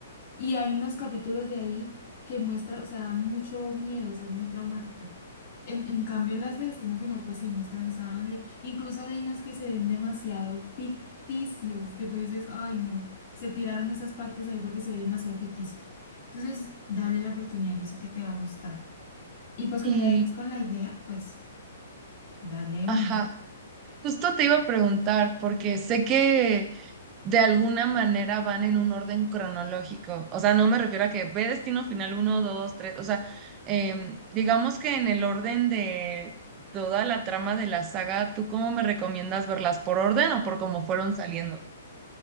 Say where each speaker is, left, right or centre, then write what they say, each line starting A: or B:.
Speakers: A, on the left; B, on the right.
A: y hay unos capítulos de ahí que muestra, o sea, da mucho miedo, o sea, es muy traumático. En, en cambio, las de Destino Final, pues sí muestran sangre. Incluso hay unas que se ven demasiado ficticios, que tú dices, ay, no, se tiraron esas partes ahí porque se ve demasiado ficticio. Entonces, dale la oportunidad, yo sé que te va a gustar. Y pues como
B: Y,
A: ya vienes con la idea, pues dale una.
B: ajá, justo te iba a preguntar, porque sé que de alguna manera van en un orden cronológico. O sea, no me refiero a que ve Destino Final uno 2 tres O sea, em, digamos que en el orden de toda la trama de la saga, ¿tú cómo me recomiendas verlas? ¿Por orden o por cómo fueron saliendo?